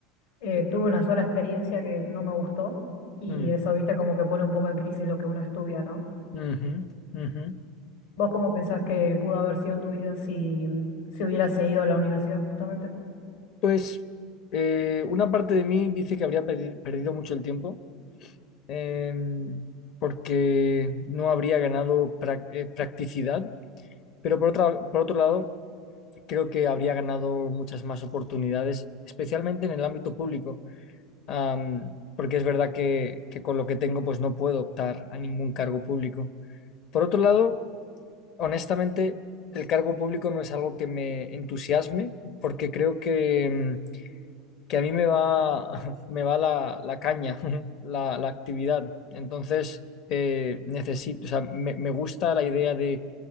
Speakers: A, on the left; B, on the left.
A: eh, tuve una sola experiencia que no me gustó y
B: Mm,
A: eso, viste, como que pone un poco en crisis lo que uno estudia, ¿no?
B: ujú, ujú.
A: ¿Vos cómo pensás que pudo haber sido tu vida si, mm, si hubieras seguido a la universidad justamente?
B: Pues eh, una parte de mí dice que habría perdi- perdido mucho el tiempo em, porque no habría ganado prac- eh, practicidad, pero por otra- por otro lado creo que habría ganado muchas más oportunidades, especialmente en el ámbito público, Am, porque es verdad que, que con lo que tengo pues no puedo optar a ningún cargo público. Por otro lado, honestamente, el cargo público no es algo que me entusiasme porque creo que... em, que a mí me va, <laughs> me va la, la caña, <laughs> la, la actividad. Entonces, eh, necesito, o sea, me, me gusta la idea de,